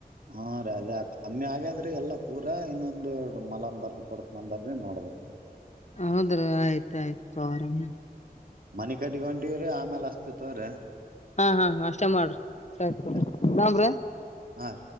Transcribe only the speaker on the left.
ಹೌದ್ರ ಆಯ್ತ ಆಾಯ್ತು ಆರಾಮ
ಹಾ ಹಾ ಅಷ್ಟೆ ಮಾಡ್ರಿ ಸರಿ
ನಬ್ರಿ